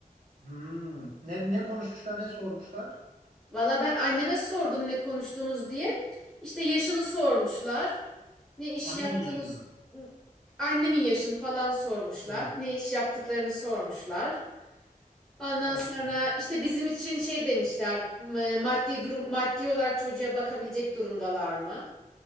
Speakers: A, on the right; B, in the centre.
A: Hmm. Ne ne konuşmuşlar, ne sormuşlar?
B: Valla ben anneme sordum ne konuştunuz diye. İşte yaşını sormuşlar. Ne iş
A: Annenin
B: yaptığınız...
A: yaşını mı?
B: Annemin yaşını falan sormuşlar.
A: Hmm.
B: Ne iş yaptıklarını sormuşlar. Ondan
A: Başka.
B: sonra işte bizim için şey demişler. m- Maddi durum maddi olarak çocuğa bakabilecek durumdalar mı?